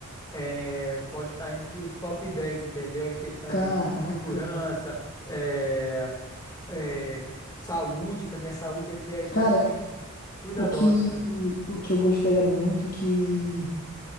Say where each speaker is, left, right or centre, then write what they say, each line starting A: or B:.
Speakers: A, on the left (about 15°); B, on the left (about 40°).
A: é, é, pode estar entre os top 10, entendeu? Em questão
B: Caraca.
A: de segurança, é, é, saúde também. A saúde aqui é extremamente
B: Cara,
A: cuidadosa,
B: o que,
A: cara.
B: o que eu gostaria muito que,